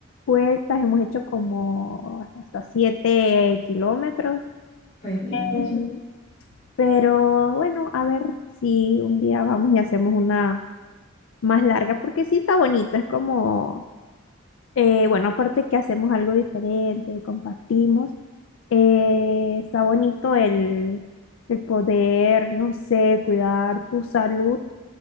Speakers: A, on the left; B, on the left.
A: vueltas, hemos hecho como hasta siete kilómetros,
B: Pues bien,
A: Em,
B: eso-
A: pero bueno, a ver si un día vamos y hacemos una más larga, porque sí está bonito, es como eh, bueno, aparte que hacemos algo diferente, compartimos, eh, está bonito el, el poder, no sé, cuidar tu salud